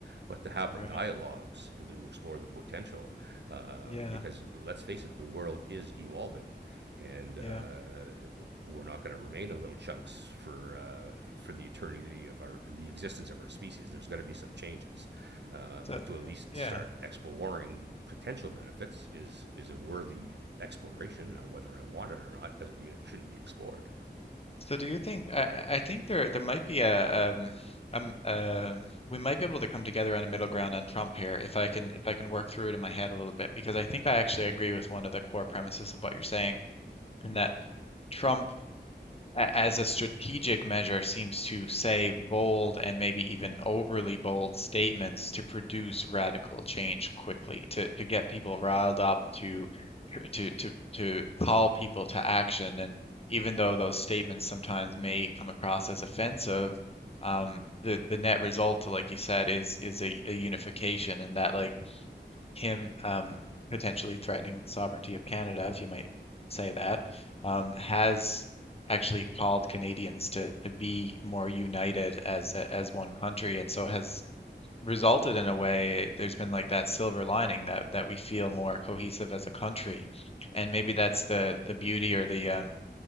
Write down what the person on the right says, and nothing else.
But to have the
dialogues and to explore the potential, uh,
because let's face it, the world is evolving and uh,
we're not going to remain in little chunks for uh, for the eternity of our the existence of our species. There's going to be some changes, uh,
but
to at least
start exploring potential benefits is is a worthy exploration. Now, whether I want it or not doesn't mean it shouldn't be explored.